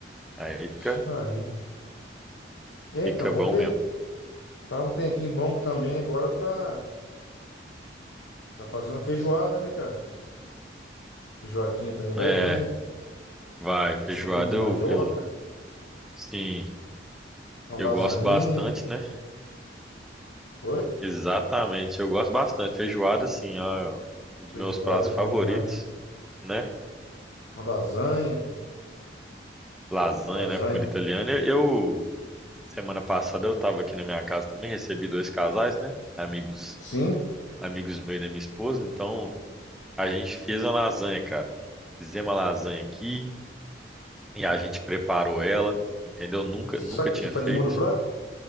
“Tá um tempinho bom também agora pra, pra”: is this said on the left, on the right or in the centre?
Left